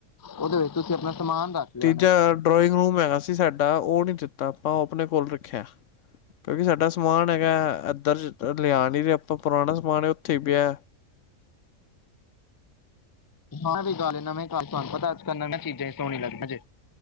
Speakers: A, on the left; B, on the left.
A: ਉਹਦੇ ਵਿੱਚ ਤੁਸੀਂ ਆਪਣਾ ਸਮਾਨ ਰੱਖ ਲਿਆ
B: ਤੀਜਾ,
A: ਹੋਣਾ।
B: ਡਰਇੰਗ ਰੂਮ ਹੈਗਾ ਸੀ ਸਾਡਾ। ਉਹ ਨੀ ਦਿੱ ਤਾਂ ਆਪਾਂ ਆਪਣੇ ਕੋਲ ਹੀ ਰੱਖਿਆ। ਕਿਉਂਕਿ ਸਾਡਾ ਸਮਾਨ ਹੈਗਾ, ਅੱ ਇੱਧਰ ਲਿਆ ਨੀ, ਵੀ ਆਪਣਾ ਪੁਰਾਣਾ ਸਮਾਨ ਉੱਥੇ ਹੀ ਪਿਆ।
A: ਆ ਵੀ ਗੱਲ ਨਵੇਂ ਘਰ ਚ ਤੁਹਾਨੂੰ ਪਤਾ ਅੱਜ ਕੱਲ ਨਵੀਆਂ ਚੀਜ਼ਾਂ ਹੀ ਸੋਹਣੀਆਂ ਲੱਗਦੀਆਂ ਜੇ।